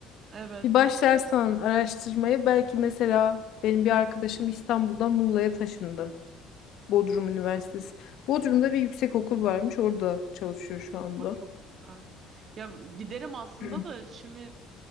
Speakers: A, on the right; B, on the left.
A: Evet.
B: Bir başlarsan araştırmaya belki mesela benim bir arkadaşım İstanbul'dan Muğla'ya taşındı. Bodrum Üniversitesi. Bodrum'da bir yüksekokul varmış. Orada çalışıyor şu anda.
A: Ay çok güzel. Ya giderim aslında
B: Hı
A: da şimdi